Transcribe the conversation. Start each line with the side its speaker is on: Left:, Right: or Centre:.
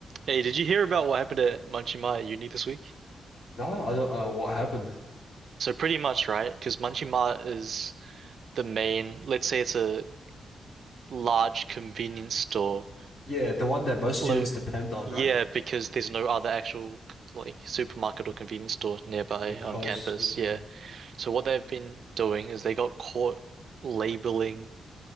Right: Hey, did you hear about what happened at Munchie Mart at uni this week?
Left: No, I don't know what happened.
Right: So pretty much, right? Because Munchie Mart is the main, let's say it's a large convenience store.
Left: Yeah, the one that most
Right: Low.
Left: students depend on,
Right: Yeah,
Left: right?
Right: because there's no other actual like supermarket or convenience store nearby
Left: Yeah, close.
Right: on campus.
Left: Yeah.
Right: Yeah. So what they've been doing is they got caught labeling,